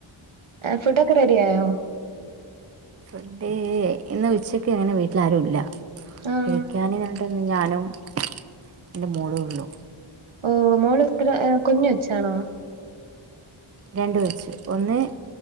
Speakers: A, on the right (about 70°); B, on the right (about 35°).
A: ഫുഡോക്കെ റെഡിയായോ
B: ഫുഡ് ഇന്ന് ഉച്ചക്ക് അങ്ങനെ വീട്ടിൽ ആരും ഇല്ല
A: ആഹ്
B: കഴിക്കാന് ഞാൻ ട്ടന്ന് ഞാനും എന്റെ മോളേ ഒള്ളൂ
A: ഓ മോളത്ര കുഞ്ഞോച്ചാണോ
B: രണ്ട് കൊച്ച് ഒന്ന്